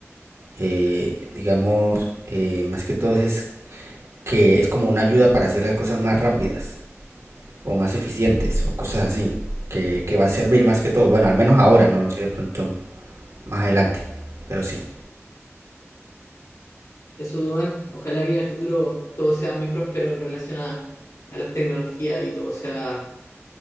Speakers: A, on the right; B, on the left.
A: eh, digamos, eh, más que todo es que es como una ayuda para hacer las cosas más rápidas o más eficientes o cosas así, que, que va a servir más que todo. Bueno, al menos ahora, no sé de pronto más adelante, pero sí.
B: Eso, Duan, ojalá que en el futuro todo sea muy próspero en relación a, a las tecnologías y todo sea